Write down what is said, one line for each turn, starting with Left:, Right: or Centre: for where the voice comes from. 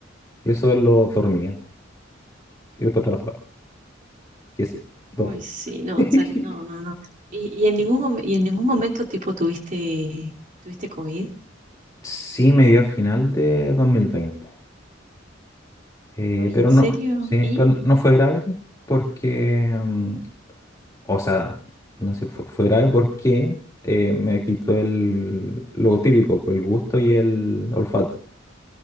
Left: Y eso lo dormía y después trabajaba. Y así, dos.
Right: Uy, sí, no,
Left: <laughs>
Right: sal- no, no, no. ¿Y, y en ningún mom- y en ningún momento tipo tuviste, tuviste COVID?
Left: Sí, me dio a final de 2020. Eh,
Right: Uy,
Left: pero
Right: ¿en
Left: no,
Right: serio?
Left: sí,
Right: ¿Y?
Left: pero no fue grave, sí, porque mm, O sea, no sé, fue, fue grave porque eh, me quitó el, lo típico, pues el gusto y el olfato.